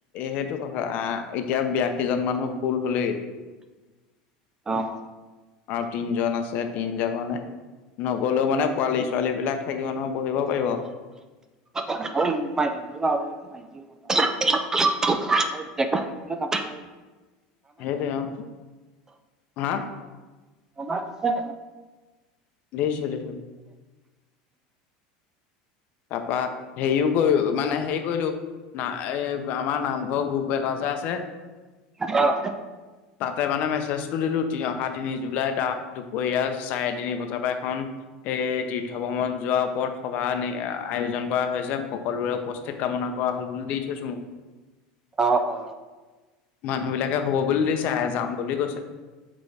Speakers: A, on the left; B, on the right.
A: সেইটো কথা আহ এতিয়া বিয়াশীজন মানুহ ফুল হলেই
B: অ',
A: আৰু তিনজন আছে তিনজন মানে নগলেও মানে পোৱালি ছোৱালী বিলাক থাকিব নহয় বহিব পাৰিব।
B: <unintelligible> দেখা আছিলে যাবলে ৰোল
A: সেই দে অ হা
B: আম কিছে আ
A: দিছো দিছো তাৰপা হেৰিও কৰি মানে হেৰি কৰিলো না এ আমাৰ নামঘৰ গ্ৰপ ৰাজা আছে
B: অ',
A: তাতে মানে মেছেজটো দিলো তি অহা তিনি জুলাই তাৰ দুপৰীয়া চাৰে তিনি বজাৰ পৰা এখন এ তীৰ্থ ভ্ৰমণ যোৱাৰ ওপৰত সভানি আয়োজন কৰা হৈছে সকলোৰে উপস্থিত কামনা কৰা হল বুলি দি থৈছো।
B: অ অ।
A: মানুহ বিলাকে হ'ব বুলি দিছে আ যাম বুলি কৈছে।